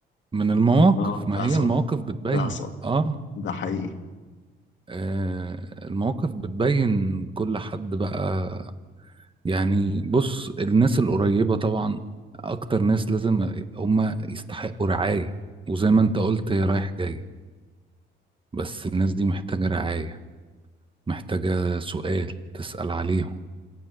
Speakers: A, on the right; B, on the left.
A: من المواقف
B: اه
A: ما
B: ده حصل
A: هي المواقف بتبين
B: ده حصل
A: اه,
B: ده حقيقي
A: آه المواقف بتبين كل حد بقى يعني بص الناس القريبة طبعا أكتر ناس لازم هم يستحقوا رعاية وزي ما أنت قلت هي رايح جاي بس الناس دي محتاجة رعاية محتاجة سؤال تسأل عليهم